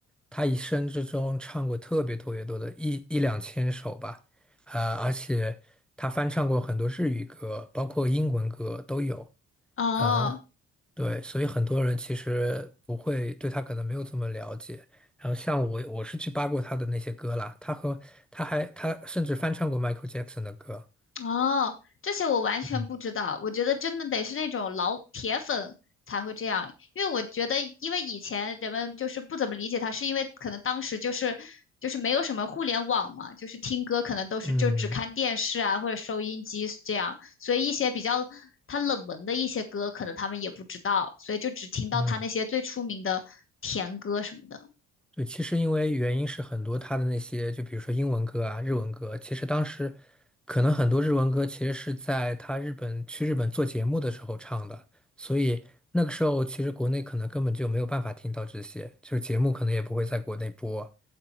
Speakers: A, in the centre; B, on the left.
A: 他一生之中唱过特别特别多的一一两千首吧，呃，而且他翻唱过很多日语歌，包括英文歌都有。
B: 哦。
A: 呃，对，所以很多人其实不会对他可能没有这么了解。然后像我，我是去扒过他的那些歌啦，他和他还他甚至翻唱过 Michael Jackson 的歌。
B: 哦，这些我完全不知道。
A: 嗯，
B: 我觉得真的得是那种老铁粉才会这样，因为我觉得，因为以前人们就是不怎么理解他，是因为可能当时就是就是没有什么互联网嘛，就是听歌可能都是就只看电视啊或者收音机这样，
A: 嗯
B: 所以一些比较他冷门的一些歌，可能他们也不知道，所以就只听到他那些最出名的甜歌什么的。
A: 嗯，对，其实因为原因是很多，他的那些就比如说英文歌啊、日文歌，其实当时可能很多日文歌其实是在他日本去日本做节目的时候唱的，所以那个时候其实国内可能根本就没有办法听到这些，就是节目可能也不会在国内播。